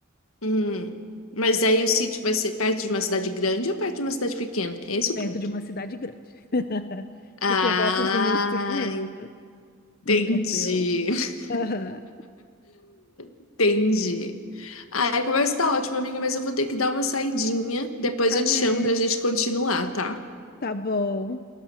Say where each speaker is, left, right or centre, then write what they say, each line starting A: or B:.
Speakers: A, on the left; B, on the left.
A: Hum. Mas daí o sítio vai ser perto de uma cidade grande ou perto de uma cidade pequena? É esse é
B: perto
A: o ponto.
B: de uma cidade grande. <laughs>
A: Ah,
B: Porque eu gosto de ir no cinema, entendeu?
A: entendi. <laughs>
B: Aham.
A: Entendi. Ah, a conversa tá ótima, amiga, mas eu vou ter que dar uma saidinha. Depois
B: Tá
A: eu
B: bem,
A: te chamo pra gente continuar, tá?
B: tá bom.